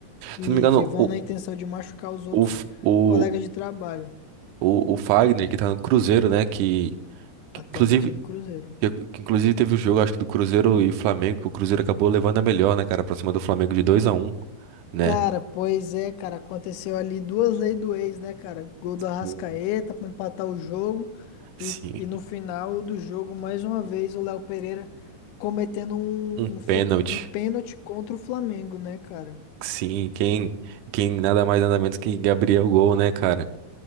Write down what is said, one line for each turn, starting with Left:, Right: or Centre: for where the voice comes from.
Left: E
Right: Se não me engano,
Left: que vão
Right: o,
Left: na intenção de machucar os outros
Right: o, f- o,
Left: colegas de trabalho.
Right: O, o Fagner, que tá no Cruzeiro, né? Que, que
Left: Atualmente
Right: inclusive,
Left: é do Cruzeiro.
Right: que, que inclusive teve o jogo, acho que do Cruzeiro e Flamengo, que o Cruzeiro acabou levando a melhor, né, cara, pra cima do Flamengo de dois a um né?
Left: Cara, pois é, cara, aconteceu ali duas leis do ex, né, cara? Gol do Arrascaeta
Right: Sim.
Left: pra empatar o jogo
Right: Sim,
Left: e, e no final do jogo, mais uma vez, o Léo Pereira cometendo um,
Right: um
Left: um, fla-
Right: pênalti.
Left: um pênalti contra o Flamengo, né, cara?
Right: Sim, quem, quem nada mais nada menos que Gabriel Gol, né, cara?